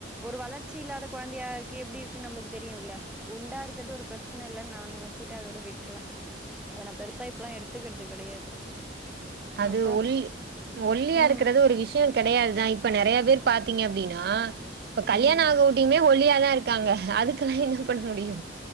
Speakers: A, in the centre; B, on the right.
A: ஒரு வளர்ச்சி இல்லாத கொழந்தையாருக்கு எப்டி இருக்குன்னு நம்ளுக்கு தெரியுல்ல குண்டாருக்கிறது ஒரு பிரச் சன இல்லன் நா நெனைச்சிட்டு அதோட விட்ருவே அத நா பெருசா இப்பெல்லா எடுத்துக்கிறது கெடையாது
B: அது
A: அப்றோ
B: ஒல் ஒல்லியாருக்குறது
A: ம்
B: ஒரு விஷயோ கெடையாதுதா இப் இப்ப நெறைய பேர் பாத்தீங்க அப்டின்னா இப்ப கல்யாணோ
A: ம்
B: ஆகவொட்டியுமே ஒல்லியாதா இருக் டாங்க அதுக்கெல்லா என்ன பண்ண முடியு